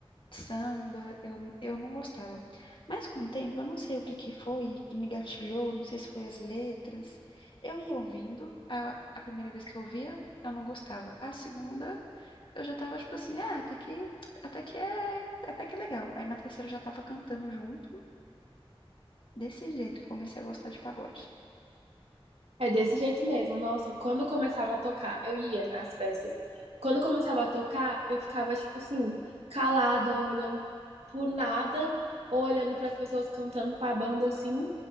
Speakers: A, on the left; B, on the right.
A: samba, eu, eu não gostava. Mas com o tempo, eu não sei o que que foi que me gatilhou, não sei se foi as letras. Eu ia ouvindo, a, a primeira vez que eu ouvia, eu não gostava. A segunda, eu já tava tipo assim, ah, até que, até que é, até que é legal. Aí na terceira eu já tava cantando junto. Desse jeito que eu comecei a gostar de pagode.
B: É desse jeito mesmo. Nossa, quando começava a tocar, eu ia nas festas. Quando começava a tocar, eu ficava, tipo assim, calada, olhando por nada, ou olhando para as pessoas cantando pra banda assim,